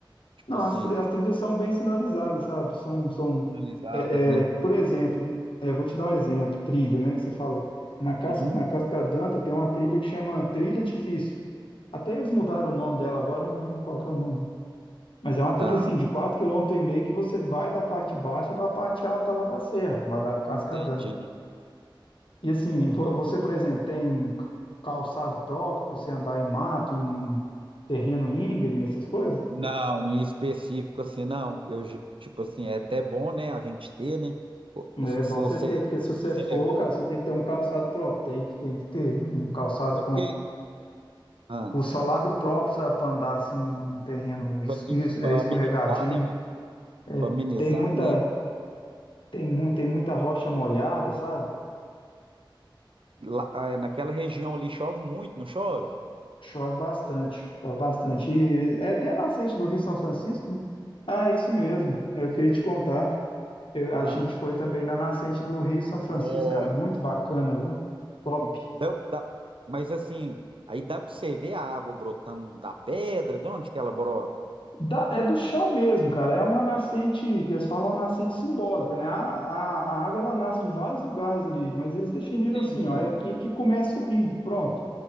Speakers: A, on the right; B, on the left.
A: tipo
B: Não,
A: assim,
B: as, tri- as trilhas são bem sinalizadas, sabe? São, são
A: finalizadas,
B: é,
A: né?
B: é, por exemplo, é, vou te dar um exemplo, trilha, né? Que você fala. Na, Cas,
A: Uhum.
B: na Cascadanta tem uma trilha que chama Trilha Difícil. Até eles mudaram o nome dela agora, eu não lembro qual que é o nome. Mas é uma trilha
A: Tá,
B: assim, de 4,5 km que você vai da parte baixa para a parte alta lá da serra, lá da Cascadanta.
A: entendi.
B: E assim, vo- você, por exemplo, tem ca- calçado próprio para você andar em mato, em terreno íngreme, essas coisas?
A: Não, em específico assim, não. Eu, ge- tipo assim, é até bom, né, a gente ter, né? O- o-
B: É
A: Se
B: bom
A: você,
B: você ter, porque se você
A: você
B: for,
A: levou,
B: cara, você tem que ter um calçado próprio, tem que, tem que ter um calçado
A: porque
B: com
A: Ah,
B: o solado próprio, sabe, para andar assim em terreno
A: Tipo
B: es-
A: aqui
B: es- é,
A: pra
B: escorregadio.
A: amenizar, né, mano?
B: É,
A: Pra amenizar,
B: tem muita,
A: né?
B: tem muito, tem muita rocha molhada, sabe?
A: Lá, ah, naquela região ali chove muito, não chove?
B: Chove bastante, chove bastante. E é até a nascente do Rio São Francisco, né? Ah, isso mesmo, eu queria te contar. Eu- a
A: ah.
B: gente foi também na nascente do Rio São Francisco,
A: Nó.
B: cara, muito bacana, viu? Top.
A: E dá, dá- mas assim, aí dá pra você ver a água brotando da pedra, de onde que ela brota?
B: Da- é do chão mesmo, cara. É uma nascente, que eles falam uma nascente simbólica, né? A, a- a água ela nasce de vários lugares ali, mas eles definiram
A: Entendi.
B: assim, ó, é aqui que começa o rio, pronto.